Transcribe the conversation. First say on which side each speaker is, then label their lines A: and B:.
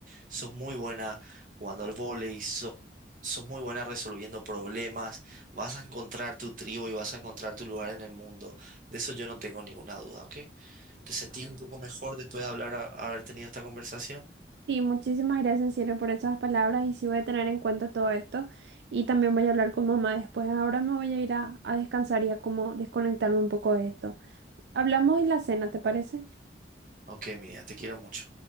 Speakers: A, on the right; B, on the right.
A: Sos muy buena jugando al vóley, sos, sos muy buena resolviendo problemas, vas a encontrar tu tribu y vas a encontrar tu lugar en el mundo. De eso yo no tengo ninguna duda, ¿ok? ¿Te sentís un poco mejor después de hablar, a- haber tenido esta conversación?
B: Sí, muchísimas gracias en serio por esas palabras y sí voy a tener en cuenta todo esto y también voy a hablar con mamá después. Ahora me voy a ir a, a descansar y a como desconectarme un poco de esto. Hablamos en la cena, ¿te parece?
A: Ok, mira, te quiero mucho.